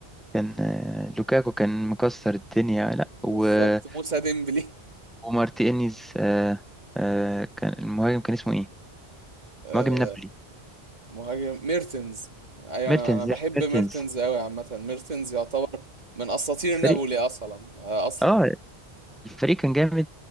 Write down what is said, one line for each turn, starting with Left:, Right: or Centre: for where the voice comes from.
Centre: كان آه، لوكاكو كان مكسر الدنيا لا
Right: بالظبط
Centre: و-
Right: موسى ديمبلي
Centre: ومارتينيز آه، آه، كان المهاجم كان اسمه ايه
Right: آه،
Centre: مهاجم نابولي
Right: مهاجم ميرتنز ايوه
Centre: ميرتنز
Right: انا انا بحب
Centre: ميرتنس
Right: ميرتنز قوي عامه ميرتنز يعتبر من اساطير
Centre: فالفريق
Right: نابولي اصلا آه، اصلا
Centre: اه الفريق كان جامد